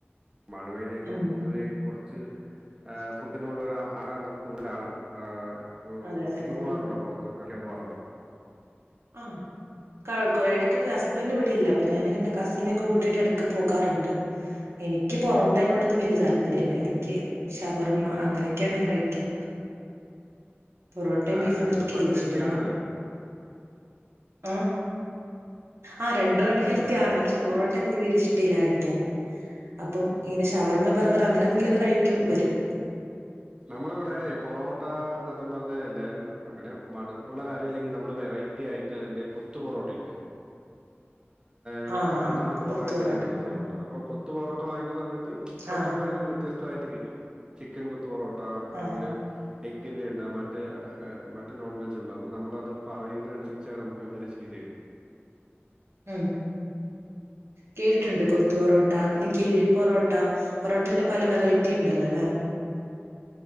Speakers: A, on the right; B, on the right.
A: മഴ പെയ്തു കഴിഞ്ഞാൽ
B: ഉം
A: പൊതുവേ കുറച്ച് ഫുഡിനോട് ഒരു ആറാന്ധം കൂടുതലാണ് അപ്പൊ
B: അതെ അതെ
A: നീ
B: കൂടും
A: പോവാറുണ്ടോ പുറത്ത് കഴിക്കാൻ പോവാറുണ്ടോ
B: ആഹ് ഴ ഇടക്കൊക്കെ ഹസ്ബന്റ് ഇവിടെയില്ല അപ്പൊ ഞാനി എന്റെ കസിന ഒക്കെ കൂട്ടിട്ട് ഇടയ്ക്ക് പോകാറുണ്ട് എനിക്ക് പൊറോട്ടേന കൊണ്ടൊന്നും വലിയ താല്പര്യംല്ല എനിക്ക് ഷവർമ്മ അങ്ങനെയൊക്കെയാണ് ഞാൻ കഴിക്ക പൊറോട്ടയും
A: ആഹ്
B: ബീഫോന്നും
A: രണ്ടും
B: നിക്ക്
A: വൺ
B: വല്യ
A: ഹെൽത്തി
B: ഇഷ്ട അല്ലാ
A: ആണല്ലോ.
B: ആഹ് ആ രണ്ടും അൺ
A: അല്ല
B: ഹെൽത്തി
A: ഞാ
B: ആണ് പക്ഷെ പൊറോട്ട എനിക്ക് തീരെ ഇഷ്ടയില്ല കഴിക്കാന് അപ്പ ഇങ്ങനെ
A: ആണല്ലേ.
B: ഷവർമ ബർ ഗർ അങ്ങനെന്തേലും കഴിക്കും വരും
A: നമ്മളിവിടെ പൊറോട്ട സത്യം പറഞ്ഞാൽ എല്ലാരും അങ്ങനെ മടുപ്പുള്ള കാര്യം അല്ലെങ്കിൽ നമ്മള് വെറൈറ്റി റ്റിയായിട്ട് അതിന്റെ കൊത്തുപൊറോട്ടല്ലേ ഞങ്ങള്
B: ആ
A: തമിഴ്നാട്
B: ആ
A: ബോർറയിട്ടാണ്
B: കൊത്തു പൊറോട്ട
A: ഞങ്ങളുടെ സ്ഥലമുള്ളത്
B: ഉം
A: അപ്പ കുത്തു പൊറോട്ട വാങ്ങുന്ന സമയത്ത് കുറച്ച
B: ആ
A: കൂടെ ഒരു വ്യത്യസ്തമായിട്ട് കിട്ടും ചിക്കൻ കുത്തു പൊറോട്ട ട്ട അല്ലെങ്കിൽ
B: ആ ആ.
A: എഗ്ഗിൻ്റെ ഉണ്ടാവും മറ്റ് മറ്റ് നോൺ വെജ്ണ്ടാവും അപ്പോൾ നമ്മളത് പറയുന്നതനുസരിച്ച നമുക്ക്ങ്ങനെ ചെയ്തു തരും
B: ഉം കേട്ടീട്ടുണ്ട് കൊത്തു പൊറോട്ട പിന്നെ കീഴി പൊറോട്ട പൊറോട്ടേന്റെ പല വെറൈറ്റി ഉണ്ടല്ലോ അല്ലേ